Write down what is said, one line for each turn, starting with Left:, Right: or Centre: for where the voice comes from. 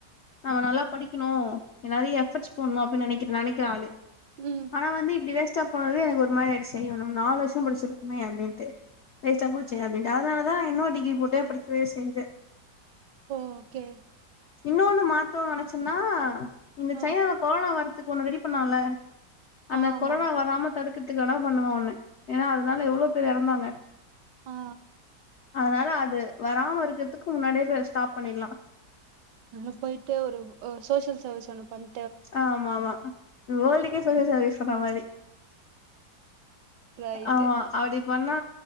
Left: நம்ம நல்ல படிக்கணு எதாச்சி எபர்ட்ஸ் போட்ன்னு அப்டி நெனைக்க நெனைக்குற ஆளூ
Right: ம்
Left: ஆனா வந்து இப்டி வேஸ்ட்டா சும்மாவே எனக்கு ஒரு மாறி ஆய்டுச்சி அய்யோ நம்ம நாலு வருஷம் படிச்சிருக்குமே அப்டின்ட்டு வேஸ்ட்டா போச்சே அப்டின்ட்டு அதானலதா இன்னே டிகிரி போட்டே படிக்கவே செஞ்சே
Right: ஓகே
Left: இன்னோனு மாத்தோ நெனைச்சனா இந்த
Right: ஆ
Left: சைனால கொரோனா வரதுக்கு ஒன்னு ரெடி பண்ணோல்ல அந்த
Right: ஆமா
Left: கொரோனா வராமா தடுக்குறத்துக்கு எதனா பண்ணுவோன்னு ஏனா அதானல எவ்ளோ பேர் எறந்தாங்க
Right: ஆ ஆ
Left: அதனால அது வராம இருக்குறத்துக்கு முன்னாடியே போய் அத ஸ்டாப் பண்ணிர்லா
Right: அங்க போய்ட்டு ஒரு சோசியல் சர்வீஸ் ஒண்ணு பன்
Left: ஆ ஆமாமா வேர்ல்டுக்கே சோசியல் சர்வீஸ் பண்ற மாரி
Right: ரைட்டு
Left: ஆமா அப்டி பண்ணா